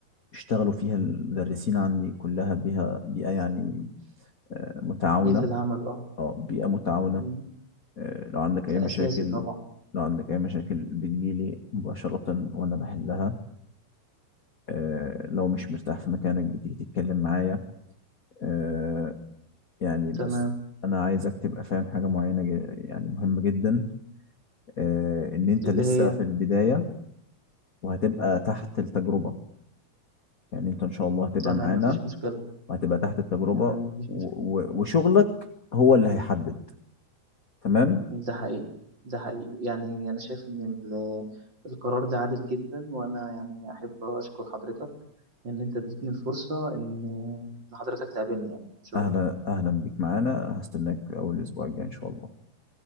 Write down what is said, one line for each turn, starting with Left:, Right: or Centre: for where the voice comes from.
Left: اشتغلوا فيها المدرسين عندي كلها بيها بيئة يعني آه متعاونة
Right: بيئة العمل آه،
Left: اه بيئة متعاونة
Right: إمم،
Left: آه لو عندك
Right: ده
Left: اي مشاكل
Right: أساسي طبعًا.
Left: لو عندك اي مشاكل بتجيلي مباشرة وانا بحلها آه، لو مش مرتاح في مكانك بتيجي تتكلم معايا آه، يعني بس
Right: تمام،
Left: انا عايزك تبقى فاهم حاجة معينة ج- يعني مهمة جدا آه، ان انت
Right: اللي
Left: لسه
Right: هي؟
Left: في البداية وهتبقى تحت التجربة يعني انت ان شاء الله هتبقى
Right: تمام،
Left: معانا
Right: ما فيش مشكلة،
Left: وهتبقى تحت التجربة
Right: تمام،
Left: و-
Right: ما فيش
Left: و-
Right: مشكلة.
Left: وشغلك هو اللي هيحدد تمام
Right: ده حقيقي، ده حقيقي. يعني أنا شايف إن ال القرار ده عادل جدًا، وأنا يعني أحب أشكر حضرتك إن أنت ادّيتني الفرصة إن إن حضرتك تقابلني يعني، شكرًا.
Left: اهلا اهلا بيك معانا هستناك اول اسبوع الجاي ان شاء الله